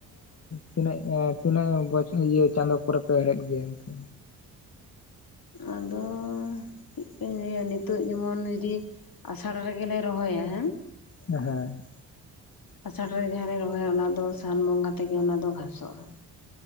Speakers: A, on the left; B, on the left.
A: ᱛᱤᱱᱟᱹᱜ ᱮ ᱛᱤᱱᱟᱹᱜ ᱵᱚᱪᱷ ᱤᱭᱟᱹ ᱪᱟᱸᱫᱳ ᱯᱚᱨᱮ ᱯᱮ ᱦᱮᱲᱦᱮᱫ ᱜᱮᱭᱟ ᱮᱱᱛᱮ?
B: ᱟᱫᱚ ᱪᱮᱫ ᱞᱮᱠᱟᱧ ᱞᱟᱹᱭᱟ ᱱᱤᱛᱚᱜ ᱡᱮᱢᱚᱱ ᱡᱩᱫᱤ ᱟᱥᱟᱲ ᱨᱮᱜᱮᱞᱮ ᱨᱚᱦᱚᱭᱟ ᱦᱮᱸ।
A: ᱦᱮᱸ।
B: ᱟᱥᱟᱲ ᱨᱮ ᱡᱟᱦᱟᱸ ᱞᱮ ᱨᱚᱦᱚᱭᱟ ᱚᱱᱟ ᱫᱚ ᱥᱟᱱ ᱵᱚᱸᱜᱟ ᱛᱮᱜᱮ ᱚᱱᱟ ᱫᱚ ᱜᱷᱟᱥᱚᱜᱼᱟ।